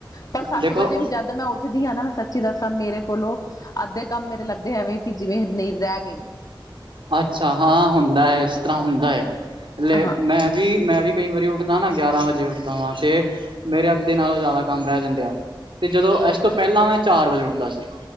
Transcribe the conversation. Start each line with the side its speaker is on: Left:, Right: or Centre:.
Left: ਪਰ ਸੱਤ
Right: ਦੇਖੋ
Left: ਵਜੇ ਵੀ ਜਦ ਮੈਂ ਉੱਠਦੀ ਆ ਨਾ ਮੈਂ ਸੱਚੀ ਦੱਸਾਂ ਮੇਰੇ ਕੋਲੋਂ ਅੱਧੇ ਕੰਮ ਮੇਰੇ ਲੱਗਦੇ ਐਵੇ ਕੀ ਜਿਵੇਂ ਨਈ ਰੈਗੇ
Right: ਅੱਛਾ ਹਾਂ ਹੁੰਦਾ ਏ ਏਸ ਤਰ੍ਹਾਂ ਹੁੰਦਾ ਏ
Left: ਹਾਂ
Right: ਮੈਂ ਵੀ ਮੈਂ ਵੀ ਕਈ ਵਾਰੀ ਉੱਠਦਾ ਨਾ ਗਿਆਰਾਂ ਵਜੇ ਉੱਠਦਾ ਵਾ ਤੇ ਮੇਰੇ ਅੱਧੇ ਨਾਲੋਂ ਜਾਦਾ ਕੰਮ ਰੈ ਜਾਂਦੇ ਆ ਤੇ ਜਦੋਂ ਏਸ ਤੋਂ ਪੈਲਾਂ ਮੈਂ ਚਾਰ ਵਜੇ ਉੱਠਦਾ ਸੀ